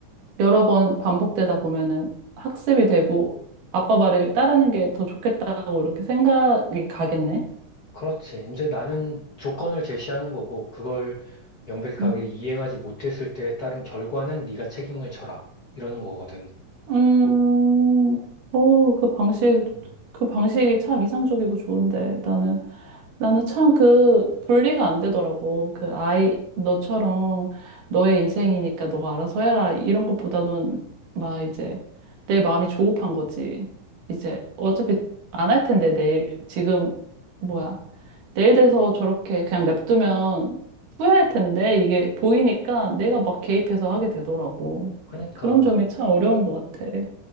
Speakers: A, on the right; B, on the left.
A: 여러 번 반복되다 보면은 학습이 되고 아빠 말을 따르는 게 더 좋겠다고 이렇게 생각이 가겠네.
B: 그렇지. 이제 나는 조건을 제시하는 거고, 그걸 명백하게
A: 응.
B: 이행하지 못했을 때에 따른 결과는 네가 책임을 져라. 이러는 거거든.
A: 음, 오, 그 방식,
B: 음.
A: 그 방식이 참 이상적이고 좋은데, 나는, 나는 참 그 분리가 안 되더라고. 그 아이, 너처럼 너의 인생이니까 너가 알아서 해라. 이런 것보다는 막 이제 내 마음이 조급한 거지. 이제 어차피 안 할 텐데, 내일, 지금, 뭐야. 내일 돼서 저렇게 그냥 냅두면 후회할 텐데, 이게 보이니까 내가 막 개입해서 하게 되더라고.
B: 그러니까,
A: 그런 점이 참 어려운 것 같아.